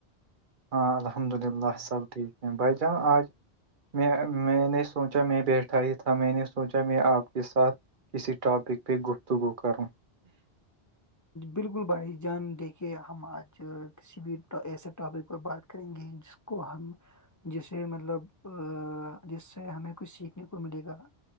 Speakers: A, on the right; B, on the left.
A: ہاں الحمد للہ سب ٹھیک ہیں بائی جان آج میں میں نے سوچا میں بیٹھا ہی تھا میں نے سوچا میں آپ کے ساتھ کسی ٹاپک پہ گفتگو کروں
B: بالکل بھائی جان دیکھے ہم آج کسی بھی ایسے ٹاپک پر بات کریں گے جس کو ہم جسے مطلب جس سے ہمیں کچھ سیکھنے کو ملے گا نا